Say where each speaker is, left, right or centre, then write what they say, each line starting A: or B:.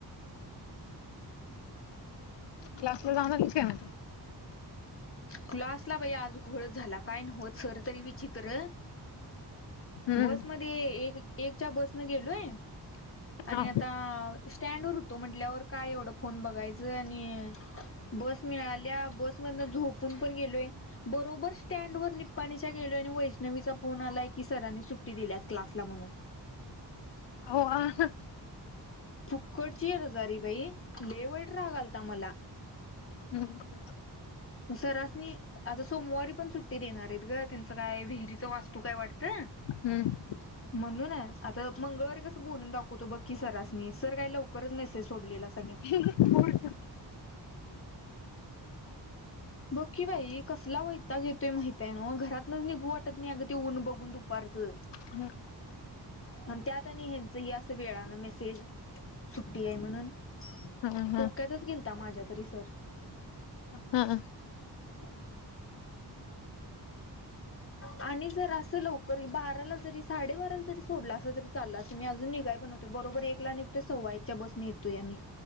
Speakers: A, on the left; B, on the left.
A: क्लास ला जाऊन आलीस काय?
B: तुला असला भाै आज घोळच झाला काय नव्हत सर तरी विचित्र.
A: हम्म
B: बस मध्ये एक एकच्या बस न गेलोय आणि
A: हा
B: आता स्टँड वर होतो म्हटल्यावर काय एवढ फोन बघायचं आणि बस मिळाल्या बस म झोपून पण गेलोय बरोबर स्टँड वर निपपाणीच्या गेलो आणि वैष्णवीचा फोन आलाय की सरांनी सुट्टी दिल्यात क्लासला म्हणून
A: अव्वा
B: फुक्कडची रजारी बाई लय वाईट राग आलता मला
A: हम्म हम्
B: सरासणी आता सोमवारी पण सुट्टीत देणार आहेत ग त्यांचं काय विहिरीच वास्तू काय वाटतं
A: हम्म
B: ह म्हणून आहे आता मंगळवारी कसं बोलून दाखवतो बघकीी सरसनी सर काय लवकरच मेसेज सोडलेला अस
A: ह
B: बघकीी बाई कसला वैता घेतोय माहित आहे ना मग घरातनच निघू वाटत नाही अगदी ऊन बघून दुपारचं
A: हम्
B: म त्यात आणि यांचं हे असं वेळान मेसेज सुट्टी आहे म्हणून
A: हा हा
B: डोक्यातच गेलता माझ्या तरी सर
A: हा ह
B: <inaudible> आणि जर असं लवकर बाराला जरी साडेबाराला जरी सोडला अस तरी चाललं अस मी अजून निघाय बनवतो बरोबर एकला निघतो सववाईच्या बसनेेतोय आम्ही